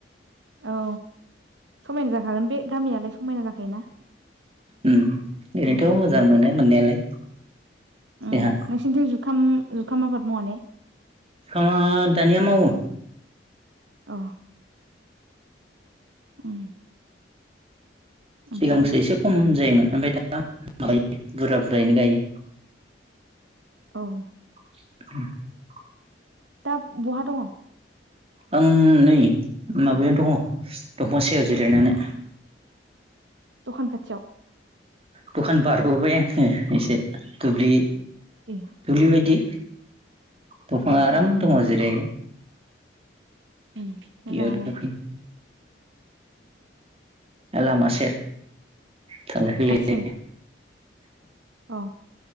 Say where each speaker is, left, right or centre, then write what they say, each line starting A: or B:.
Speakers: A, on the right; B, on the right.
A: औ समायना जाखागोन बे गामियालाय समायना जाखायोना
B: उम ओरैनोथ'
A: उम
B: मोजां मोनो मोननायालाय जोंहा
A: उम नोंसिनिथिं जुखाम जुखाम आबाद मावा ने?
B: सिखा दानिया मावो
A: औ उम ओमफ्राय
B: सिगांसो एसे खम जायोमोन ओमफ्राय दा माबायो बुरजा बुरजायैनो गायो
A: औ
B: <unintelligible>
A: दा बहा दङ?
B: आं नै माबायाव दङ दंफां सायाव जिरायनानै।
A: दखान खाथियाव?
B: दखान बारबोबाय आङो एसे द दुब्लि
A: ए
B: दुब्लि बायदि। दफांआ
A: औ
B: आराम
A: औ
B: दङ जिराय
A: उम मोजाङानो
B: बेयाव दंफैयो लामा सेर थांला फैलाय
A: हारसिं औ